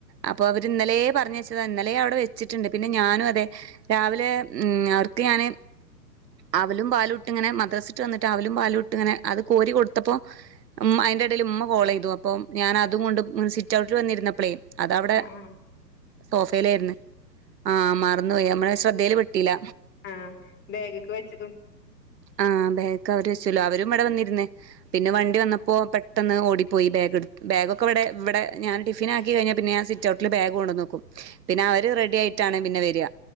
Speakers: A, on the right; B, on the left.
A: അപ്പൊ അവര് ഇന്നലെ പറഞ്ഞ വെച്ചതാ ഇന്നലെ അവിടെ വെച്ചിട്ടുണ്ട് പിന്നെ ഞാനും അതെ രാവിലെ ഉം അവർക്ക് ഞാന് അവലും പാലും ഇട്ടിങ്ങനെ മദ്രസ്സിട്ട് വന്നിട്ട് അവലും പാലും ഇട്ടിങ്ങനെ അത് കോരി കൊടുത്തപ്പോ ഉം അതിന്റെ ഇടയിൽ ഉമ്മ കോൾ ചെയ്തു അപ്പൊ ഞാൻ അതും കൊണ്ട് സിറ്റ് ഔട്ടിൽ വന്നിരുന്നപ്പളെ അത് അവിടെ
B: ആഹ്
A: സോഫയിലായിരുന്നു ആഹ് മറന്നു പോയി നമ്മള് ശ്രദ്ധയിൽ പെട്ടില്ല.
B: ആഹ് ബാഗക്കെ വെച്ച
A: ആഹ് ബാഗോക്കെ അവര് വെച്ചല്ലോ അവരും ഇവിടെ വന്നിരുന്ന് പിന്നെ വണ്ടി
B: ആ ആ
A: വന്നപ്പോ ഇപ്പോ പെട്ടെന്ന് ഓടിപ്പോയി ബാഗ് ബാഗൊക്കെ ഇവിടെവിടെ ഞാൻ ടിഫിനാക്കി കഴിഞ്ഞാ പിന്നെ ഞാ സിറ്റ് ഔട്ടിൽ ബാഗ് കൊണ്ടൊന്ന് വെക്കും പിന്നെ അവര് റെഡി ആയിട്ടാണ് പിന്നെ വരിക